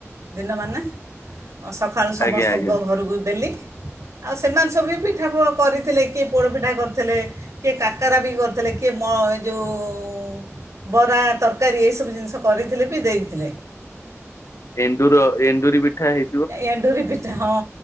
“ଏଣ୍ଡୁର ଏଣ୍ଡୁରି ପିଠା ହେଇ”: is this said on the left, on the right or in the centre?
Left